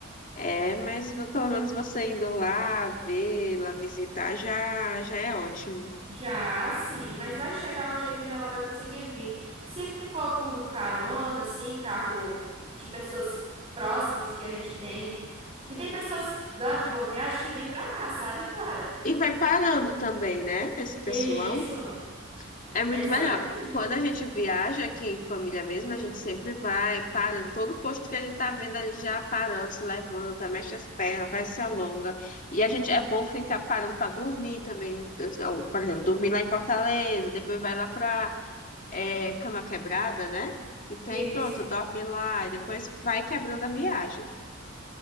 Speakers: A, on the left; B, on the right.
A: É, mas vo- pelo menos você indo lá, vê-la, visitar, já, já é ótimo.
B: Já, sim, mas vai chegar o dia que a minha avó vai conseguir vir. Se for com carona, assim, carro de pessoas próximas que a gente tem, que tem pessoas lá de Boa Viagem que vêm pra cá, sabe, Clara?
A: E vai parando também, né, esse pessoal?
B: Isso.
A: É muito
B: Exatamente.
A: melhor. Quando a gente viaja aqui em família mesmo, a gente sempre vai parando. Todo posto que a gente tá vendo ali já parando, se levanta, mexe as pernas, faz se alonga. E a gente é bom ficar parando para dormir também. Eu- Por exemplo, dormir lá em Fortaleza, depois vai lá para é, Canoa Quebrada, né? E tem,
B: Isso.
A: pronto, dorme lá e depois vai quebrando a viagem.